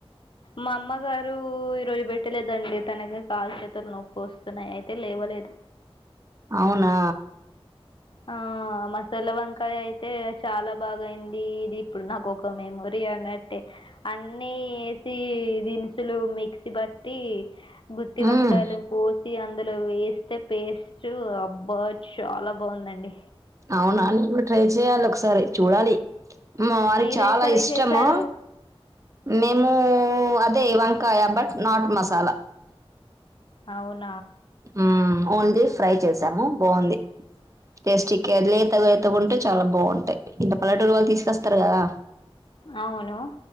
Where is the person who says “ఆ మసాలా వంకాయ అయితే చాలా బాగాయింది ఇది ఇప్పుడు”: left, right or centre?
Left